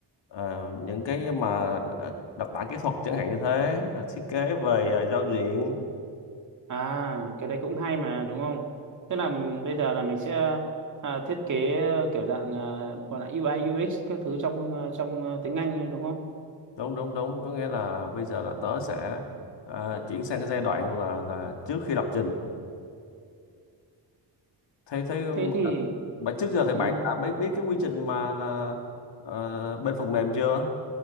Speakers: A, on the left; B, on the right.
A: ờ, những cái mà ờ, đặc tả kỹ thuật chẳng hạn như thế, ờ, thiết kế về ờ, giao diện.
B: À, cái đấy cũng hay mà đúng không? Tức là bây giờ là mình sẽ ờ, thiết kế kiểu dạng ờ, gọi là UI UX các thứ trong ờ, trong ờ, tiếng Anh ấy, đúng không?
A: Đúng đúng đúng, có nghĩa là bây giờ là tớ sẽ ờ, chuyển sang cái giai đoạn là là trước khi lập trình thế thế
B: thế thì
A: mà, mà trước giờ thì
B: ừ,
A: bạn đã biết biết cái quy trình mà là ờ, bên phần mềm chưa